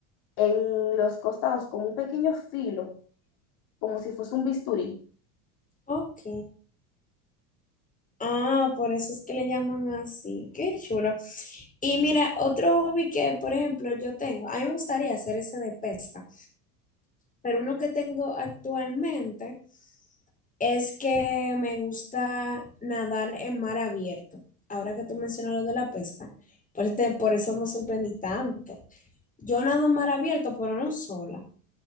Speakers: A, on the left; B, on the left.
A: en los costados, como un pequeño filo, como si fuese un bisturí.
B: ok. Ah, por eso es que le llaman así. Qué chulo. Y mira, otro hobby que, por ejemplo, yo tengo, a mí me gustaría hacer ese de pesca, pero uno que tengo actualmente es que me gusta nadar en mar abierto. Ahora que tú mencionas lo de la pesca, por, este- por eso me sorprendí tanto. Yo nado en mar abierto, pero no sola.